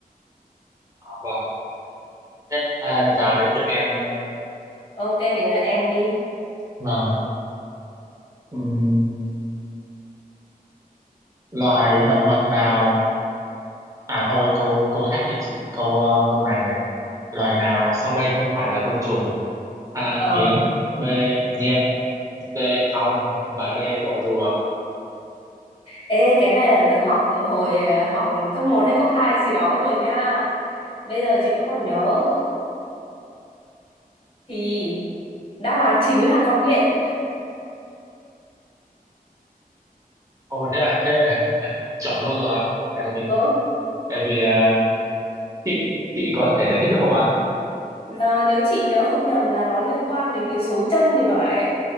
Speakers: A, on the right; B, on the left.
A: vâng thế à, giờ đến lượt em
B: ok đến là em đi
A: vâng Ừm, loài động vật nào à thôi câu câu khác đi chị câu ờ, câu này nè loài nào sau đây không phải là côn trùng A
B: ờ
A: kiến B nhện C ong và D bọ rùa
B: ê cái này là được học hồi ờ, học cấp một hay cấp 2 gì đó rồi nha bây giờ chị vẫn còn nhớ thì đáp án chính là con nhện
A: ồ thế ạ thế chọn luôn rồi ạ tại vì
B: ừ.
A: tại vì à, chị chị có thể giải thích được không ạ
B: ờ, nếu chị nhớ không nhầm là nó liên quan đến cái số chân thì phải